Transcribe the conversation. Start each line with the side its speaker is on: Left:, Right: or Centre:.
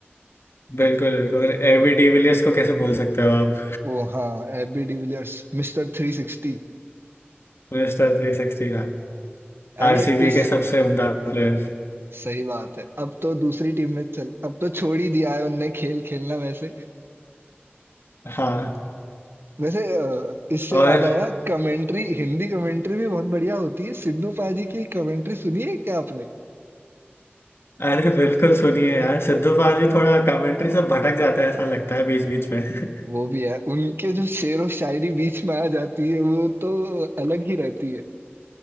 Left: बिल्कुल बिल्कुल एबी डिविलियर्स को कैसे भूल सकते हो आप
Right: ओह! हाँ, एबी डिविलियर्स मिस्टर 360
Left: <laughs> मिस्टर थ्री सिक्सटी
Right: अरे
Left: आरसीबी
Right: इस
Left: के सबसे उम्दा प्लेयर
Right: सही बात है। अब तो दूसरी टीम में चल अब तो छोड़ ही दिया है उनने खेल खेलना वैसे।
Left: हाँ
Right: वैसे अ, इससे
Left: और
Right: याद आया कमेंट्री हिंदी कमेंट्री भी बहुत बढ़िया होती है सिद्धू पाजी की कमेंट्री सुनी है क्या आपने
Left: अरे बिल्कुल सुनिए यार सिद्धू पाजी थोड़ा कमेंट्री से भटक जाता है ऐसा लगता है बीच बीच में <laughs>
Right: वो भी है उनके जो शेर और शायरी बीच में आ जाती है वो तो अलग ही रहती है